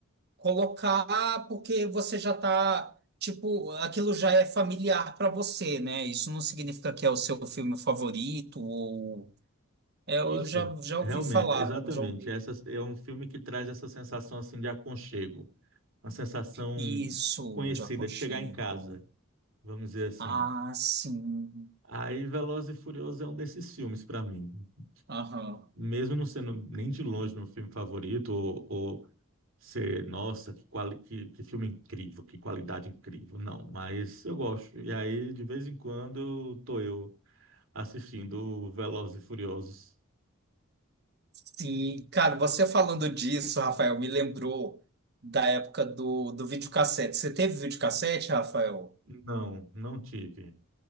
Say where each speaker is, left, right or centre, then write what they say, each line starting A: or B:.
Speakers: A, on the right; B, on the right.
A: Colocar porque você já tá, tipo, aquilo já é familiar para você, né? Isso não significa que é o seu filme favorito ou é, eu
B: Isso,
A: já já
B: realmente,
A: ouvi falar,
B: exatamente.
A: eu já ouvi
B: Essa, é um filme que traz essa sensação, assim, de aconchego. Uma sensação
A: isso
B: conhecida,
A: de aconchego.
B: de chegar em casa, vamos dizer assim.
A: Ah, sim.
B: Aí, Velozes e Furiosos é um desses filmes pra mim.
A: Aham.
B: Mesmo não sendo nem de longe meu filme favorito, ou, ou ser nossa, que, quali- que, que filme incrível, que qualidade incrível. Não, mas eu gosto. E aí, de vez em quando, eu tô eu assistindo Velozes e Furiosos.
A: Sim, cara, você falando disso, Rafael, me lembrou da época do do videocassete. Você teve videocassete, Rafael?
B: Não, não tive.